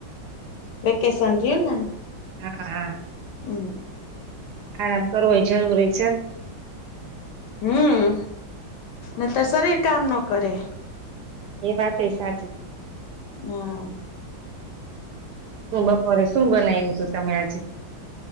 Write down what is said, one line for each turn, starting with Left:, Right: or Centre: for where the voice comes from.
Left: વેકેશન ગયુંને
Right: હાં, હાં.
Left: હમ્મ.
Right: આરામ કરવો હોય જરૂરી છેન.
Left: હમ્મ, નતર શરીર કામ ન કરે.
Right: એ વાત એય સાચી.
Left: હમ્મ.
Right: શું બપોરે શું બનાવ્યું તું તમે આજે?